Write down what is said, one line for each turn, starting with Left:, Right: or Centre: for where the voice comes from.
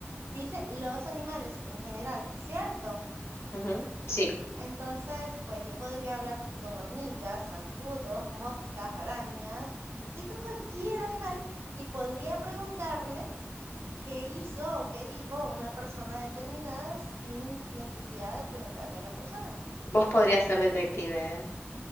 Right: Dice los animales en general, ¿cierto?
Left: ujú. Sí,
Right: Entonces, pues yo podría hablar con hormigas, zancudos, moscas, arañas, sí, con cualquier animal y podría preguntarle qué hizo o qué dijo una persona determinada sin necesidad de preguntarle a la persona.
Left: vos podrías ser detective, ¿eh?